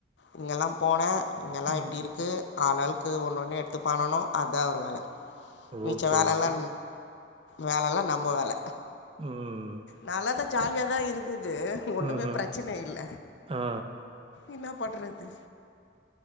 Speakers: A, on the left (about 75°); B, on the right (about 30°).
A: இங்கெல்லா போனே இங்கெல்லா
B: ம்.
A: இப்டி இருக்கு ஆள் ஆளுக்கு ஒன்னு ஒன்னு எடுத்து பண்ணனு அத்தா அவரு வேல மிச்ச
B: ஓகே,
A: வேலலா
B: ஓகே.
A: வேலலா நம்ம வேல
B: ம்.
A: நல்லாதா ஜாலியாதா இருந்தது ஒன்னுமே
B: ம்ஹ்ம்.
A: ப்ரச்சன இல்ல
B: ஆ, ஆ.
A: என்னா பண்றது